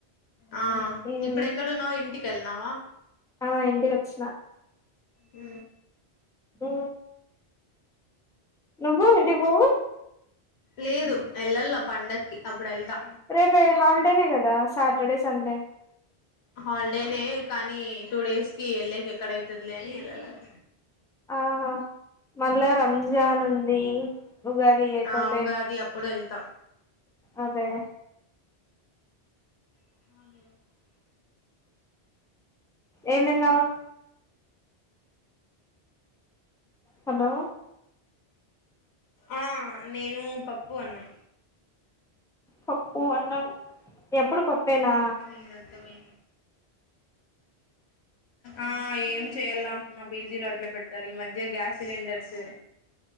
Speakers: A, on the left; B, in the centre.
A: ఆ
B: ఉమ్
A: ఇప్పుడేక్కడున్నావ్ ఇంటి వెల్నావ
B: ఆ ఇంటికి వచ్చిన
A: అ
B: ఆ నువ్వు ఇంటికి పొవ్వు
A: లేదు ఎళ్ళలా పండక్కి అప్పుడు వెళ్తా
B: రేపు హాలిడేనే కదా సాటర్డే సండే
A: హాలిడేనే కానీ టూ డేస్ కి వెళ్ళకి ఎక్కడ అయితదిలే అని వెళ్ళాలే
B: ఆహా మళ్ళా రంజాన్ ఉంది ఉగాది అయిపోతే
A: ఆ ఉగాది అప్పుడు ఎళ్తా
B: అదే
A: <unintelligible>
B: ఏం తిన్నావ్ హలో
A: ఆ నేను పప్పు అన్నాం
B: పప్పు అన్నం ఎప్పుడు పప్పేనా
A: ఏం చేద్దామే ఆ ఏం చేయలా మా పీజీ లో అట్లే పెడతారు ఈ మధ్య గ్యాస్ సిలిండర్స్